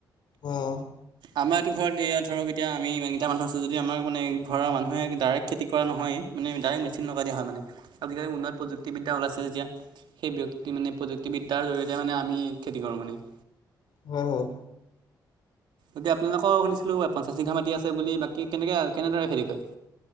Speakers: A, on the left; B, on the right.
A: অ'।
B: আমাৰ এইতো ঘৰত এয়া ধৰক এতিয়া আমি ইমানকেইটা মানুহ আছোঁ যদি আমাৰ মানে ঘৰৰ মানুহে ডাইৰেক্ট খেতি কৰা নহয়। মানে ডাইৰেক্ট মেচিন লগাই দিয়া হয় মানে আজিকালি উন্নতপ্ৰযুক্তিবিদ্যা ওলাইছে যেতিয়া। সেই ব্যক্তি মানে প্ৰযুক্তিবিদ্যাৰ জৰিয়তে মানে আমি খেতি কৰোঁ মানে।
A: হয়, হয়।
B: এতিয়া আপোনালোকৰ শুনিছিলোঁ পঞ্চাছ বিঘা মাটি আছে বাকী কেনেকে কেনেদৰে খেতি কৰে?